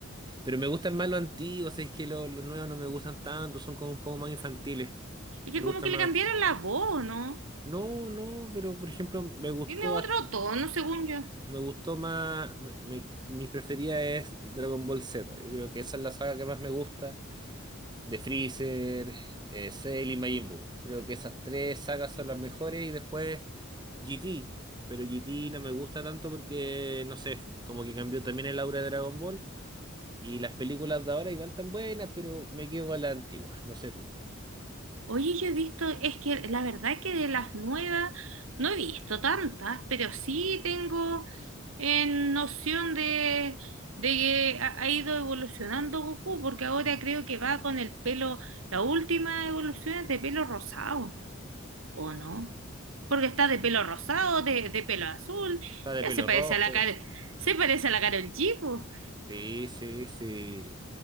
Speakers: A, on the right; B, on the right.
A: Pero me gustan más los antiguos, es que los, los nuevos no me gustan tanto, son como un poco más infantiles.
B: Es
A: Me
B: que
A: gusta
B: como que
A: más.
B: le cambiaron la voz, ¿no?
A: No, no, pero por ejemplo, me gustó,
B: Tiene otro
A: hasta-
B: tono, según yo.
A: me gustó más, me- me- mi preferida es Dragon Ball Z. Yo creo que esa es la saga que más me gusta. De Freezer, eh, Cell y Majin Buu. Creo que esas tres sagas son las mejores y después GT. Pero GT no me gusta tanto porque, no sé, como que cambió también el aura de Dragon Ball. Y las películas de ahora igual tan buenas, pero me quedo con las antiguas, no sé tú.
B: Oye, yo he visto, es que la verdad es que de las nuevas no he visto tantas, pero sí tengo en noción de, de que ha, ha ido evolucionando Goku, porque ahora creo que va con el pelo, la última evolución es de pelo rosado. ¿O no? Porque está de pelo rosado, de, de pelo azul,
A: Está de
B: ya
A: pelo
B: se parece
A: rojo.
B: a la cara, se parece a la Karol G, po.
A: Sí, sí, sí.